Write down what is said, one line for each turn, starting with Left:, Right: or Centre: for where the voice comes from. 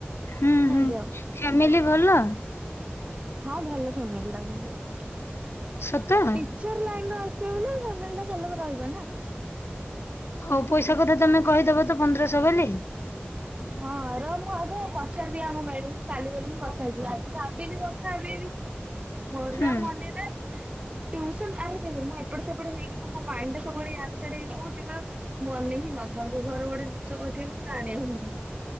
Left: ହୁଁ
Right: ନେଇକି
Left: ହୁଁ
Right: ଆଉ
Left: ଫ୍ୟାମିଲି ଭଲ।
Right: ହଁ ଭଲ ଫ୍ୟାମିଲି ଟା ତାଙ୍କର ଥିଲା।
Left: ସତ?
Right: ଟିଚର ଲାଇନ୍‌ ରୁ ଆସିବ ବୋଲି <unintelligible> ନା
Left: ହୋଉ ପଇସା କଥା ତମେ କହିଦବ ତ ପନ୍ଦରଶହ ବୋଲି।
Right: ହଁ ର ମୁଁ ଆଗ ପଚାରିବି ଆମ ମ୍ୟାଡମ୍ କାଲି ଗଲେ ମୁଁ ପଚାର ଯିବି ଆଜି ଭାବିଲି କଥା ହେବି। ବିଷୟରେ ମରୁ
Left: ହୁଁ
Right: ଆ ମନେ ନାଇଁ ଟ୍ୟୁସନ ଟାଇମ୍ ହେଇଗଲା ମୁଁ ଏପଟ ସେପଟ ହେଇକି ନା ମୋ ଲାଇନ୍‌ ଟା ସବୁବେଳେ ଇଆଡ଼େ ସିଆଡେ ହେଇକି ରହୁଛି ମାନେ ମୁଁ ଅନେଇକି ହୋଉ ଘର ଗୋଟେ ଜିଷ କହିଥିଲି ଆଣିବା <unintelligible> ହଁ